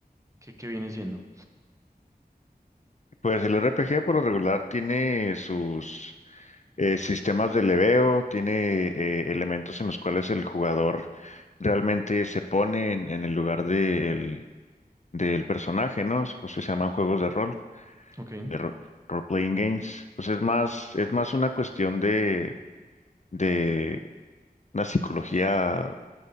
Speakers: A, on the right; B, on the left.
A: ¿qué, qué viene siendo?
B: Pues el RPG por lo regular tiene sus eh, sistemas de leveo, tiene eh, elementos en los cuales el jugador realmente se pone en, en el lugar del del personaje, ¿no? Pues se llaman juegos de rol,
A: Ok.
B: de ro- role-playing games. Pues es más, es más una cuestión de, de una psicología